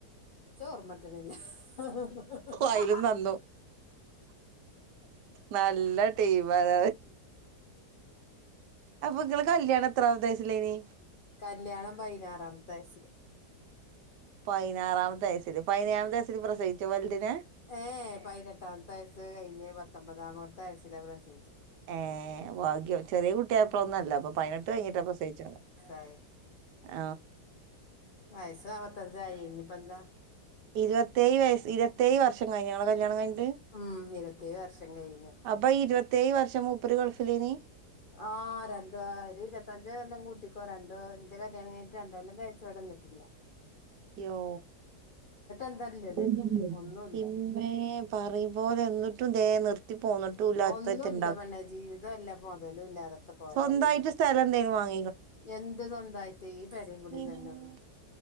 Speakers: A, on the left; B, on the right.
A: ചോറ മറ്റനല്ല ആ
B: അയിലും നന്നു നല്ല ടീം അത അപ്പൊ നിങ്ങ കല്യാണം എത്ര അവദേശ േ
A: കല്യാണം പതിനാറാമത്തെ വയസിില്
B: പതിനാറാമത്തെ വയസൽ പതിനാമത്തെ വയസൽ പ്രസയിിച്ച വലഡിനന്
A: ഏഹ പതിനെട്ടാമത്തെ വയസ്സ് കഴിഞ്ഞ് പത്തൊമ്പതാമത്തെ വയസ്സില പ്രസയിിച്ചു
B: ഏർ ഭാഗ്യം ചെറിയ കുട്ടിയായപ്പഴൊന്നുംല്ല അപ്പൊ പതിനെട്ട് കഴിഞ്ഞിട്ട് അപ്പ സേയിച്ചോ
A: ആ
B: ഹ
A: ആയ സവത്ത ജായനിപ്പന്ത
B: ഇരുപത്തേ വയ ഇരുത്തേ് വർഷം കഴിഞ്ഞഞങ്ങള കല്യാണം കഴി
A: ഉം ഇരുപത്തേഴ് വർഷം കഴിഞ്ഞു
B: അപ്പൊ ഇരുപത്തയേഴ് വർഷം മൂപ്പര് കൊഴപ്പില്ല നീ
A: ആ രണ്ടോ ഇത്തഞ്ച എല്ലാം കൂട്ടിക്കോ രണ്ടോ എന്റെ കല്യാണം കിട്ട് രണ്ടോ എല്ലാം തേച്ചട <unintelligible>
B: ോ
A: എന്താല്ലത്
B: പിന്നേ
A: ഒന്നുല്ല
B: പറയുംുമ പോോലെ എന്നിട്ടും നിർത്തി പോന്നിട്ടുംല്ല
A: ഒന്നുല്ല
B: അത്തട്ട ഇണ്ടാക്കി
A: പെണ്ണെ ജീവിതല്ല മൊതലും ഇല്ലാകത്ത കോലായി
B: സ്വന്തമായിട്ട് സ്ഥലം എന്തേു വാങ്ങ
A: എന്ത് സ്വന്തായിട്ട് ഈ പെരയുംകൂടന്ന്
B: ഇൻ-
A: തന്നെ ഉള്ളു